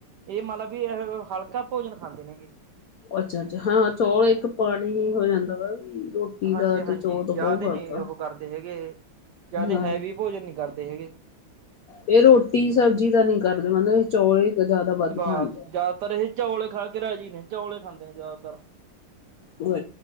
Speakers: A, on the right (about 70°); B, on the left (about 75°).
A: ਇਹ ਮਤਲਬ ਵੀ ਇਹ ਹਲਕਾ ਭੋਜਨ ਖਾਂਦੇ ਨੇ ਹੈਗੇ
B: ਅੱਛਾ, ਅੱਛਾ ਹਾਂ ਚੌਲ ਇੱਕ ਪਾਣੀ ਹੋ ਜਾਂਦਾ ਵਾ ਵੀ ਰੋਟੀ
A: ਹਾਂਜੀ-ਹਾਂਜੀ
B: ਦਾ ਤੇ ਚੌਲ ਦਾ
A: ਜ਼ਿਆਦੇ
B: ਬਹੁਤ ਫ਼ਰਕ
A: ਨੀ ਉਹ
B: ਆ
A: ਕਰਦੇ ਹੈਗੇ, ਜ਼ਿਆਦੇ
B: ਹਾਂ
A: ਹੈਵੀ ਭੋਜਨ ਨੀ ਕਰਦੇ ਹੈਗੇ
B: ਇਹ ਰੋਟੀ ਸਬਜ਼ੀ ਤਾਂ ਨਹੀਂ ਕਰਦੇ ਮਤਲਬ ਇਹ ਚੌਲ ਹੀ ਜ਼ਿਆਦਾ ਵੱਧ
A: ਬਸ
B: ਖਾਂਦੇ
A: ਜ਼ਿਆਦਾਤਰ ਹੀ ਚੌਲੇ ਖਾ ਕੇ ਰਾਜੀ ਨੇ ਚੌਲੇ ਖਾਂਦੇ ਨੇ ਜ਼ਿਆਦਾਤਰ
B: ਉਹ